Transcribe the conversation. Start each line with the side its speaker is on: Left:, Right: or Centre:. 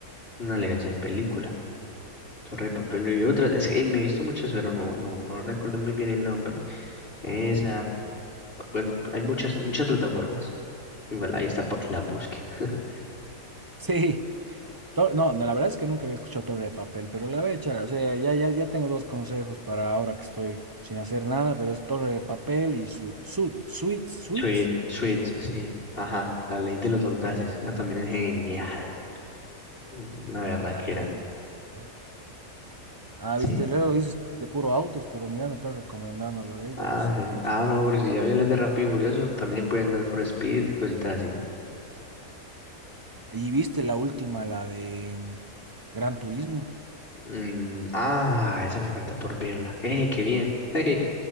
Left: una elegancia de película. Torres de papel y otras. Es que me he visto muchas, pero no, no, no recuerdo muy bien el nombre. Esa. Bueno, hay muchas, muchas plataformas. Igual ahí está para que la busque. <laughs>
Right: Sí. Tor- No, no, la verdad es que nunca había escuchado Torre de papel, pero la voy a echar. O sea, ya, ya, ya tengo dos consejos para ahora que estoy sin hacer nada, pero es Torre de papel y su, su, Suits, Suits.
Left: Sweet, Sweet, sí. Ajá, la ley de los audaces. ah, también es genial. Una berraquera.
Right: La ley de los. ¿verdad? Ah,
Left: Sí.
Right: viste, luego dices que es de puro autos, pero mira, me estás recomendando la ley de
Left: Ah,
Right: los audaces.
Left: sí. Ah, no, porque si
Right: ¿no?
Left: ya vi los de Rápido y Furioso, también se pueden Need for Speed y cositas así.
Right: Y viste la última, la de mm, Gran Turismo.
Left: Mm, ah, esa me falta por verla. ¡Eh, qué bien! <laughs> Jeje,